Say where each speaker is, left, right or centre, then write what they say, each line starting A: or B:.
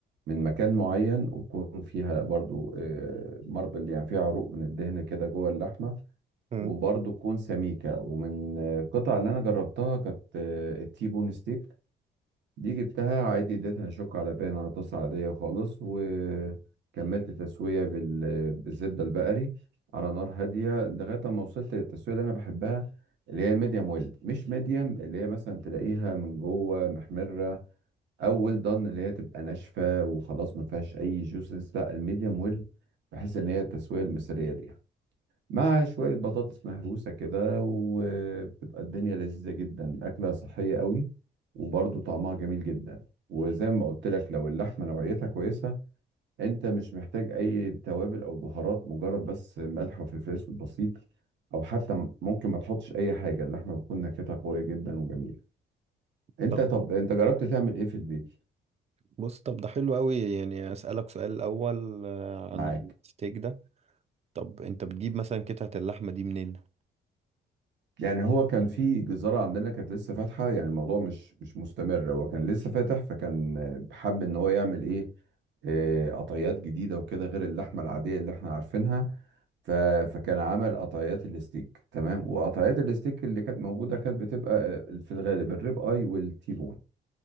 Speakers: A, on the right (about 65°); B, on the right (about 35°).
A: من مكان معين ويكون فيها برضو آه، ماربل يعني فيها عروق من الدهن كده جوه اللحمه
B: مم.
A: وبرضو تكون سميكه ومن آه، القطع اللي انا جربتها كانت آه، التيبون ستيك دي جبتها عادي اديتها شوك على بان على طاسة عادية خالص وكملت تسوية بال... بالزبدة البقري على نار هادية لغاية ما وصلت للتسوية اللي أنا بحبها اللي هي الميديم ويل مش ميديم اللي هي مثلا تلاقيها من جوه محمرة أو ويل دان اللي هي تبقى ناشفة وخلاص ما فيهاش أي جوسنس لا الميديم ويل بحس إن هي التسوية المثالية ليها مع شوية بطاطس مهروسة كده وبتبقى الدنيا لذيذة جدا أكلة صحية قوي وبرضه طعمها جميل جدا وزي ما قلت لك لو اللحمة نوعيتها كويسة أنت مش محتاج أي توابل أو بهارات مجرد بس ملح وفلفل أسود بسيط أو حتى م- ممكن ما تحطش أي حاجة اللحمة بتكون نكهتها قوية جدا وجميلة أنت
B: طب
A: طب أنت جربت تعمل إيه في البيت
B: بص طب ده حلو قوي يعني اسألك سؤال الاول آه،
A: معاك؟
B: عن الستيك ده طب انت بتجيب مثلا قطعة اللحمة دي منين
A: يعني هو كان في جزارة عندنا كانت لسه فاتحة يعني الموضوع مش مش مستمر هو كان لسه فاتح فكان حب ان هو يعمل ايه آه، قطيات جديدة وكده غير اللحمة العادية اللي احنا عارفينها ف... فكان عمل قطيات الستيك تمام وقطيات الستيك اللي كانت موجودة كانت بتبقى آه، في الغالب الريب اي والتيبون